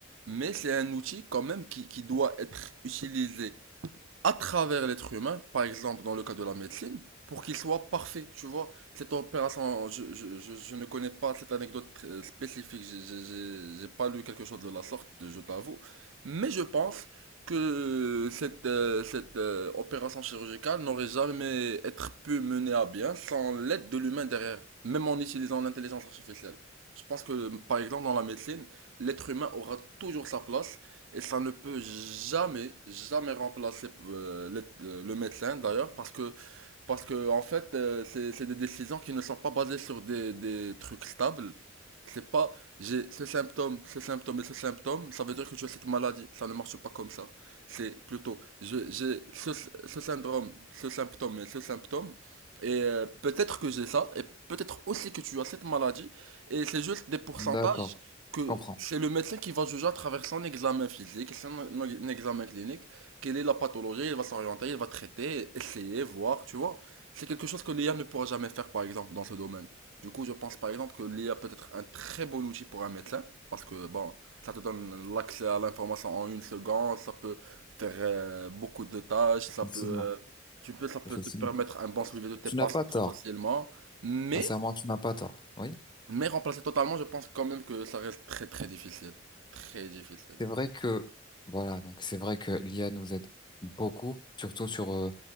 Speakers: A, on the right; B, on the left.
A: mais c'est un outil quand même qui, qui doit être utilisé à travers l'être humain, par exemple dans le cas de la médecine, pour qu'il soit parfait. Tu vois, cette opération, je, je, je, je ne connais pas cette anecdote très spécifique, j'ai j'ai- j'ai- j'ai pas lu quelque chose de la sorte, je t'avoue, mais je pense que cette, euh, cette euh, opération chirurgicale n'aurait jamais être pu mener à bien sans l'aide de l'humain derrière, même en utilisant l'intelligence artificielle. Je pense que, par exemple, dans la médecine, l'être humain aura toujours sa place et ça ne peut jamais, jamais remplacer euh, le, euh, le médecin d'ailleurs, parce que parce que, en fait, euh, c'est c'est des décisions qui ne sont pas basées sur des, des trucs stables. C'est pas, j'ai ce symptôme, ce symptôme et ce symptôme, ça veut dire que tu as cette maladie. Ça ne marche pas comme ça. C'est plutôt, je- j'ai ce, ce syndrome, ce symptôme et ce symptôme. Et euh, peut-être que j'ai ça, et peut-être aussi que tu as cette maladie. Et c'est juste des pourcentages
B: D'accord,
A: que
B: je comprends.
A: c'est le médecin qui va juger à travers son examen physique, son son examen clinique, quelle est la pathologie, il va s'orienter, il va traiter, essayer, voir, tu vois. C'est quelque chose que l'IA ne pourra jamais faire, par exemple, dans ce domaine. Du coup, je pense, par exemple, que l'IA peut être un très bon outil pour un médecin, parce que, bon, ça te donne l'accès à l'information en une seconde, ça peut faire euh, beaucoup de tâches, ça
B: Effectivement,
A: peut, euh, tu peux, ça peut
B: effectivement.
A: te permettre un bon suivi de tes
B: Tu
A: patients
B: n'as pas tort.
A: très facilement, mais,
B: Sincèrement, tu n'as pas tort. Oui,
A: mais remplacer totalement, je pense quand même que ça reste très, très difficile. Très difficile.
B: c'est vrai que voilà, donc c'est vrai que l'IA nous aide beaucoup, surtout sur, euh,